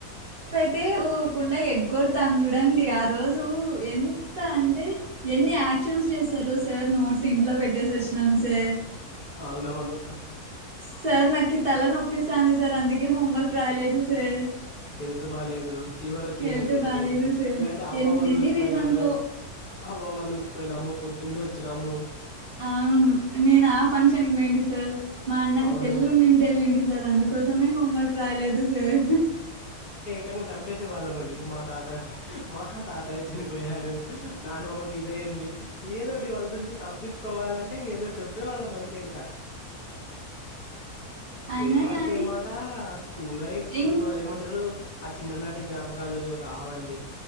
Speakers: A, on the right; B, on the left.
A: అయితే పోకుండా ఎగ్గొడ్ తాను చూడండి ఆ రోజు ఎంత అంటే ఎన్ని యాక్షన్స్ చేస్తారో సార్ నోట్స్ ఇంట్లో పెట్ ట్టేసి వచ్చినాం సార్
B: అవునవును
A: సార్ నాకి తల నొప్పిస్తాంది సార్ అందుకే హోంవర్క్ రాయలేదు సార్
B: హెల్త్ బాలేదు ఫీవర్ వచ్చిందని
A: హెల్త్
B: చెప్పేది
A: బాలేదు సార్
B: లేంటే అవ్వ
A: ఎన్నెన్ని
B: వాళ్ళ ఊరికి
A: రీజన్సో
B: పోయినాను అవ్వ వాళ్ళ ఊరికి పోయినాము పొద్దున్న వచ్చినాము
A: అవును నేను ఆ ఫంక్షన్ పోయింటి సార్ మా అన్నది
B: అవునవును
A: పెళ్లున్నింటె వెళ్ళింటి సార్ అందుకోసమే హోంవర్క్ రాయలేదు సార్
B: కంగా చంపేసే వాళ్ళమండి మా తాత మహ తాతయ్య చనిపోయాడు నానమ్మకి ఇదయింది ఏదోటి వాళ్ళు నుంచి తప్పించు కోవాలంటే ఇంక ఏదో చెప్పే వాళ్ళమంతే ఇంకా
A: అయినా
B: ఏ మాటకి
A: గాని
B: ఏ మాట స్కూల్ లైఫ్ స్కూ
A: ఇం
B: అమంటారు ఆ చిన్ననాటి జ్ఞాపకం రాలు రావండి